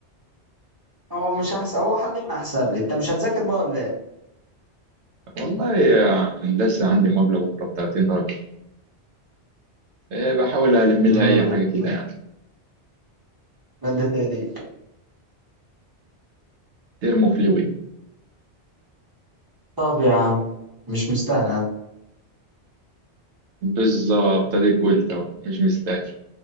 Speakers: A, on the right; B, on the right.
A: هو مش احسن هو حاليا احسن لي انت مش هتذاكر بقى ولا ايه
B: والله يا هندسه عندي مقابله بكره ب 30 درجه إيه بحاول الم لها
A: امم
B: اي حاجه كده يعني
A: مادة دي
B: ترمو فلويد
A: طب يا عم مش مستاهلة
B: بالظبط اديك قلت اهو مش مستاهل